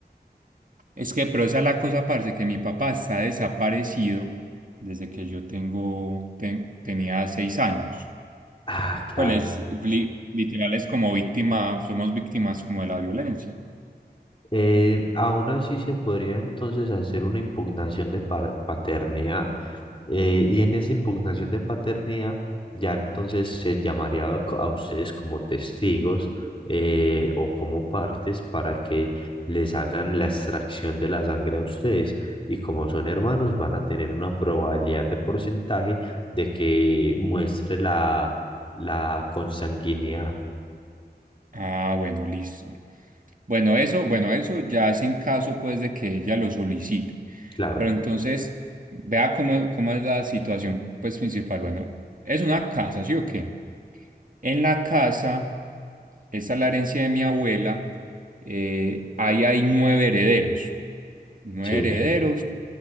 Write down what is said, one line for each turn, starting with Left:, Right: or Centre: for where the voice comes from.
Right: Es que, pero esa es la cosa, parce, que mi papá está desaparecido desde que yo tengo, ten- tenía seis años.
Left: Ah, claro,
Right: Pues es, li- literal es como víctima, somos víctimas como de la violencia.
Left: Eh, aún así se podría entonces hacer una impugnación de par- paternidad. eh, y en esa impugnación de paternidad ya entonces se llamaría a, co- a ustedes como testigos eh, o como partes para que les hagan la extracción de la sangre a ustedes. Y como son hermanos, van a tener una probabilidad de porcentaje de que muestre la, la consanguinidad.
Right: Ah, bueno, listo. Bueno, eso, bueno, eso ya es en caso pues de que ella lo solicite.
Left: Claro,
Right: Pero entonces, vea cómo, cómo es la situación pues principal. Bueno, es una casa, ¿sí o qué? En la casa, esta es la herencia de mi abuela, eh, ahí hay nueve herederos. Nueve
Left: sí.
Right: herederos.